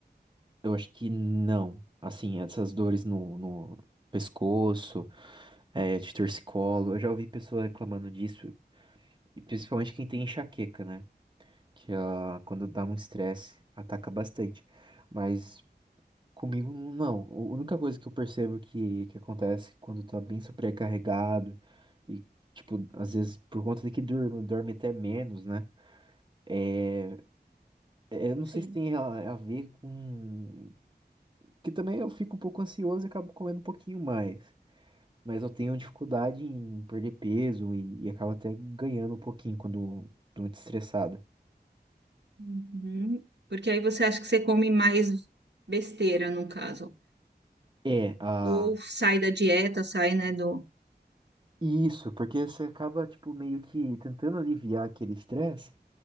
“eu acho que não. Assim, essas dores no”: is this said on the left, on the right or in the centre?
Right